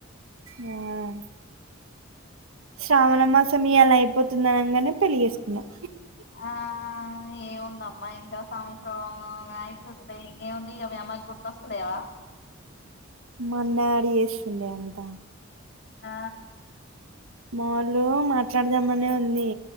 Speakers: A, on the right; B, on the left.
A: ఆ శ్రావణ మాసం ఇయాలా అయిపోతుంది అనగానే పెళ్లి చేేసుకున్నాం
B: ఆ ఏముందమ్మా సంవత్సరం అయితుంటే ఇంకేముంది ఇక మీ అమ్మాయికి గుర్తొస్తలేవా
A: మన్న అడి చేేస్తుంది అంత
B: ఆ
A: మావులు మాట్లాడదామనే ఉంది